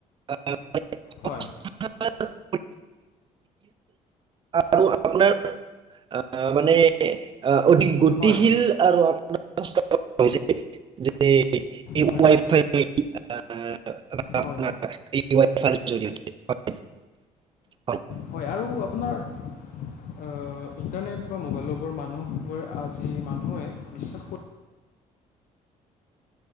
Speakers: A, on the right; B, on the left.
A: আহ
B: হয়ঁ!
A: <unintelligible> আৰু আপোনাৰ আহ মানে আহ, অধিক
B: হয়
A: গতিশীল আৰু <unintelligible> যেনে এই
B: হয়
A: ৱাইফাই আ আপোনাৰ
B: হয়
A: এই ৱাইফাই জৰিয়তে হয় হয়
B: হয় আৰু আপোনাৰ আ ইণ্টাৰনেট বা মোবাইলৰ ওপৰত মানুহবোৰে আজি মানুহে বিশ্বাস কৰে